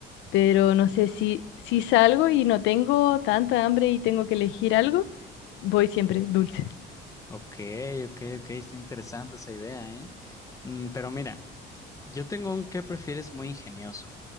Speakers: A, on the left; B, on the left.
A: pero no sé, si, si salgo y no tengo tanta hambre y tengo que elegir algo, voy siempre dulce.
B: Ok, ok, ok, está interesante esa idea, ¿eh? Mm, pero mira, yo tengo un qué prefieres muy ingenioso.